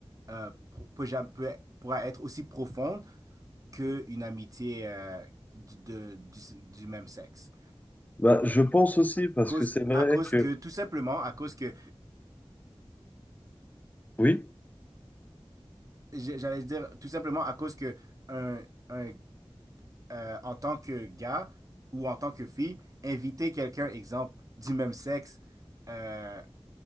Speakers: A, on the right; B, on the left.
A: euh, pro- peut, jam- peut- pourra être aussi profonde qu'une amitié euh, du, de- du, du même sexe.
B: Bah, je pense aussi, parce
A: À cause,
B: que c'est vrai
A: à cause
B: que,
A: que tout simplement, à cause que
B: oui,
A: j'- j'allais dire tout simplement à cause que un un euh, en tant que gars ou en tant que fille, inviter quelqu'un, exemple, du même sexe, euh,